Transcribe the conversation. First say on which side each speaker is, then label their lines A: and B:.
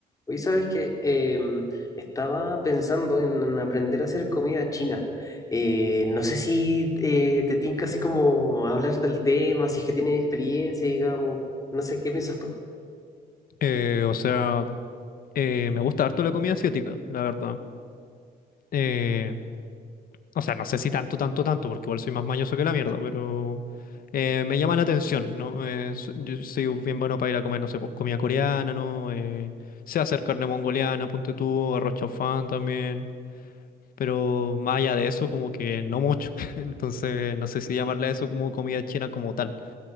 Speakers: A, on the left; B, on the left.
A: Oye, ¿sabes qué? Em, estaba pensando en, en aprender a hacer comida china. Eh, no sé si eh, te tinca así como hablar del tema, si es que tienes experiencia, digamos. No sé, ¿qué piensas tú?
B: Eh, o sea, eh, me gusta harto la comida asiática, la verdad. Eh, o sea, no sé si tanto, tanto, tanto, porque igual soy más mañoso que la mierda, pero eh, me llama la atención, ¿no? Eh, s- yo soy bien bueno para ir a comer, no sé, pues comida coreana, ¿no? Eh, sé hacer carne mongoliana, ponte tú, arroz chaufán también, pero más allá de eso, como que no mucho. <laughs> Entonces, no sé si llamarle a eso como comida china como tal.